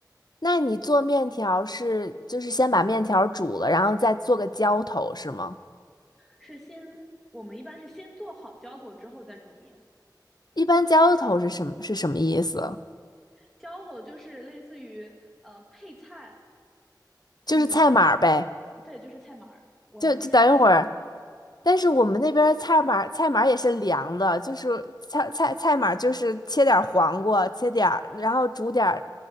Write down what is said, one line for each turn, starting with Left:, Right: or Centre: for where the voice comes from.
Left: 那你做面条是就是先把面条煮了，然后再做个浇头是吗？
Centre: 是先我们一般是先做好浇头之后再煮面。
Left: 一般浇头是什么是什么意思？
Centre: 浇头就是类似于呃配菜，
Left: 就是菜码儿呗，
Centre: 你对，就是菜码儿，我们这边叫浇头。
Left: 就就等一会儿。但是我们那边儿菜码菜码也是凉的，就是菜菜菜码就是切点儿黄瓜，切点儿，然后煮点儿